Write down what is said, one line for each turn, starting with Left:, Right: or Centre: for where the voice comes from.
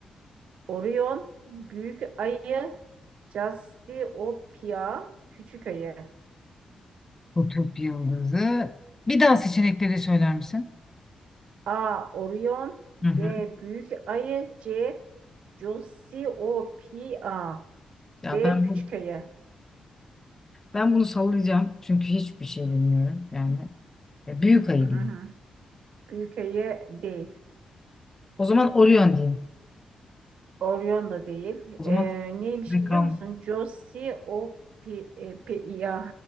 Right: Orion, Büyük Ayı, Cassiopeia, Küçük Ayı.
Left: Kutup yıldızı. Bir daha seçenekleri söyler misin?
Right: A. Orion, B.
Left: Hı hı.
Right: Büyük Ayı, C. Cassiopeia,
Left: Ya
Right: D.
Left: ben
Right: Küçük
Left: bu
Right: Ayı.
Left: ben bunu sallayacağım çünkü hiçbir şey bilmiyorum yani. Ya büyük ayı
Right: Hı hı.
Left: diyeyim.
Right: Büyük Ayı değil.
Left: O zaman Orion diyeyim.
Right: Orion da değil.
Left: O zaman
Right: Ee, neymiş
Left: ne Reklam.
Right: biliyor musun? Josiopea.